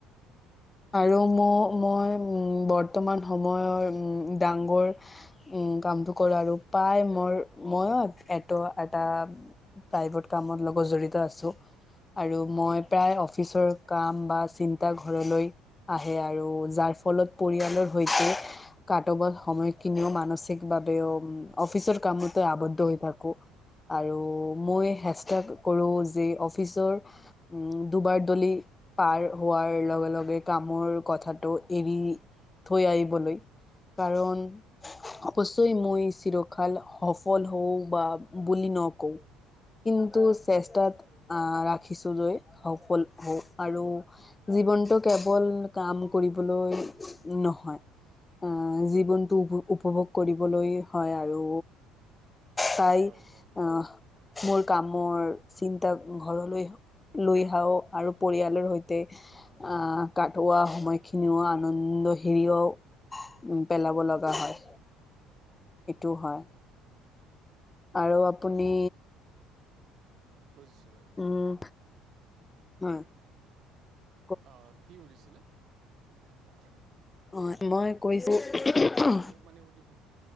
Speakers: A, on the left (about 20°); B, on the right (about 55°).
A: আৰু ময়ো মই উম বৰ্তমান সময়ৰ উম ডাঙৰ উম কামটো কৰা আগত প্ৰায় মোৰ ম‌ইয়ো সেইটো এটা প্ৰাইভেট কামত লগত জড়িত আছোঁ আৰু মই প্ৰায়
B: আচ্ছা
A: অফিচৰ কাম
B: ভাল
A: বা
B: ভাল
A: চিন্তা ঘৰলৈ আহে আৰু যাৰ ফলত পৰিয়ালৰ সৈতে কাটবৰ সময় কিনিও মানসিকভাৱেও অফিচৰ কামতে আৱদ্ধ হৈ থাকো। আৰু মই হেষ্টাক কৰো যি অফিচৰ উম দুৱাৰ দলিত পাৰ হোৱাৰ লগে লগে কামৰ কথাটো এৰি থৈ আহিবলৈ কাৰণ অৱশ্যই মই চিৰকাল সফল হওঁ বা বুলি নকও। কিন্তু চেষ্টাত আহ ৰাখিছো যে সফল হ‌ওঁ আৰু জীৱনটোত কেৱল কাম কৰিবলৈ নহয় আহ জীৱনটো উপ উপভোগ কৰিবলৈ হয় আৰু তাই
B: হয় হয়
A: আহ মোৰ কামৰ চিন্তা ঘৰলৈ লৈ আহাও আৰু পৰিয়ালৰ সৈতে আহ কাটোৱা সময়খিনিও আনন্দ হেৰিও <unintelligible> উ পেলাব লগা হয়। এইটোও হয়। আৰু আপুনি।
B: হয় হয় বুজিছোঁ বাৰু।
A: উম হয় <unintelligible>
B: অ কি উৰিছিলে <unintelligible>
A: অ মই কৈছো <unintelligible>
B: মই মানে সুধিব